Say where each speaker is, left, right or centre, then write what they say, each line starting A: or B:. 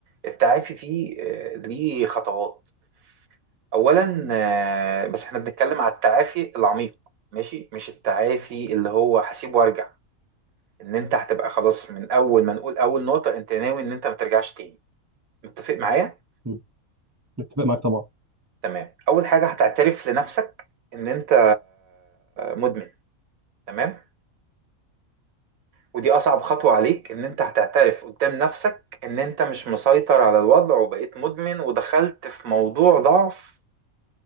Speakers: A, on the right; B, on the right.
A: التعافي فيه آه، ليه خطوات أولا آه، بس احنا بنتكلم على التعافي العميق ماشي مش التعافي اللي هو هسيب وارجع ان انت هتبقى خلاص من اول ما نقول اول نقطة انت ناوي ان انت ما ترجعش تاني متفق معايا
B: امم متفق معاك طبعا
A: تمام اول حاجه هتعترف لنفسك ان انت مدمن تمام ودي اصعب خطوه عليك ان انت هتعترف قدام نفسك ان انت مش مسيطر على الوضع وبقيت مدمن ودخلت في موضوع ضعف